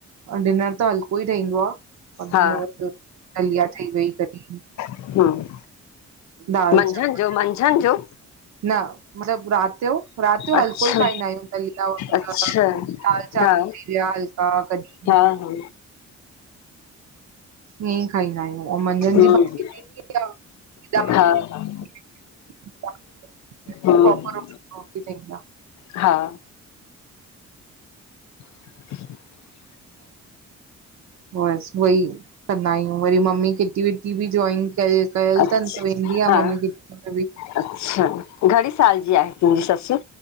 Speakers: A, on the right; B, on the left.
A: डिनर त हलको ई ठहंदो आ वध
B: हा
A: में वध दलिया ठई वई कॾहिं
B: हम
A: दाल
B: मंझंद
A: चांवर
B: जो मंझंद जो
A: न मतिलब रात यो रात यो
B: अच्छा
A: हलको ई खाईंदा आहियूं दलिया वगैैर
B: अच्छा
A: दाल चांवल
B: हा
A: थी विया हलका कॾहिं
B: हा हा।
A: ईअं ई खाईंदा आहियूं ऐं मंझंदि
B: हम्म
A: जी भाॼींदी दाल
B: हा हा
A: <unintelligible>
B: हम्म
A: <unintelligible> प्रोपर रोटी <unintelligible>
B: हा। <inaudible>
A: बस उहई कंदा आहियूं वरी मम्मी किटी विटी बि जोॉइन कय कयल
B: अच्छा
A: तन त वेंदी आ
B: हा
A: मम्मी किटी में बि
B: अच्छा घणी साल जी आहे तुंहिंजी सस?